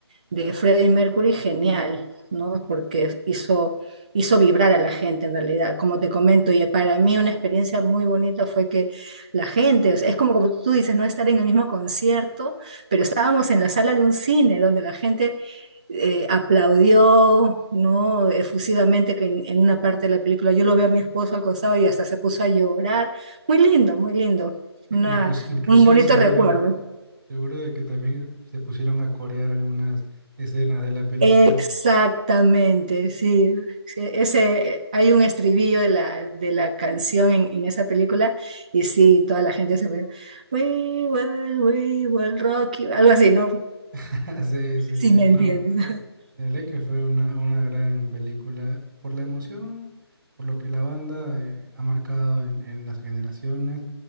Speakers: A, on the right; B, on the right.
A: de Freddie Mercury, genial, ¿no? Porque hizo, hizo vibrar a la gente en realidad, como te comento, y para mí una experiencia muy bonita fue que la gente, o sea, es como, como tú dices, no estar en el mismo concierto, pero estábamos en la sala de un cine donde la gente eh, aplaudió, ¿no? efusivamente que en, en una parte de la película. Yo lo veo a mi esposo al costado y hasta se puso a llorar. Muy lindo, muy lindo.
B: <laughs>
A: Una,
B: Inclus- inclusive
A: un bonito
B: seguro,
A: recuerdo.
B: seguro de que también se pusieron a corear algunas escenas de la película.
A: Exactamente, sí. Sí, Ese, hay un estribillo de la, de la canción en, en esa película y sí, toda la gente se pone, We will, we will rock you", algo así, ¿no?
B: <laughs> Sí, sí,
A: Si
B: sí,
A: me entiendes.
B: no.
A: <laughs>
B: De ley que fue una, una gran película por la emoción, por lo que la banda eh, ha marcado en, en las generaciones.